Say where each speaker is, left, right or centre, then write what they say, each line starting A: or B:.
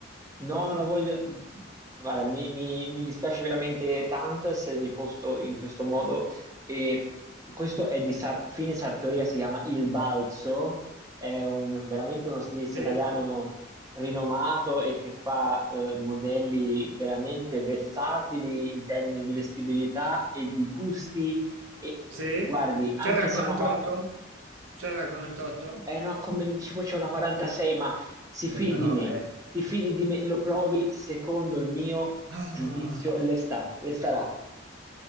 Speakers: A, on the right (about 15°); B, on the right (about 80°).
A: No, non la voglio. mhmm, Guarda, mi, mi- mi dispiace veramente tanto essermi posto in questo modo. E questo è di Sar- Fine Sartoria, si chiama Il Balzo, è un- veramente uno stilista
B: Sì?
A: italiano rinomato e che fa eh, modelli veramente versatili in termini di vestibilità e di gusti. E
B: Sì?
A: guardi, anche
B: C'era
A: se
B: 48?
A: è una. qua-
B: C'era 48?
A: eh no, come le dicevo c'è una 46, ma si
B: Eh,
A: fidi
B: però,
A: di me,
B: eh.
A: ti fidi di me, lo provi, secondo il mio
B: Ah,
A: giudizio le sta, le starà.